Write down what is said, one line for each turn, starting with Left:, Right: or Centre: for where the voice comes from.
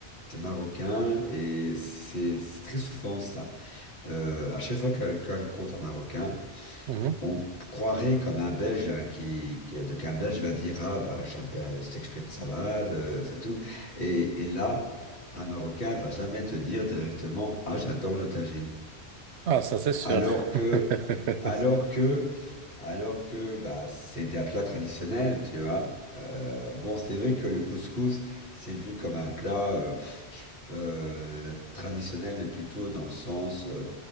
Left: T'es marocain et c'est c'est très souvent ça. Euh, à chaque fois que, que je rencontre un Marocain,
Right: Mhm.
Left: on croirait comme un Belge hein, qui, que- donc un Belge va dire ah bah j'aime bien le steak frites salade, euh, c'est tout. Et, et là, un Marocain va jamais te dire directement ah j'adore le tagine.
Right: Ah, ça c'est sûr.
Left: Alors que,
Right: <laughs>
Left: alors que, alors que, bah, c'est un plat traditionnel, tu vois. Euh, bon, c'est vrai que le couscous, c'est vu comme un plat euh, je- euh, traditionnel, mais plutôt dans le sens euh,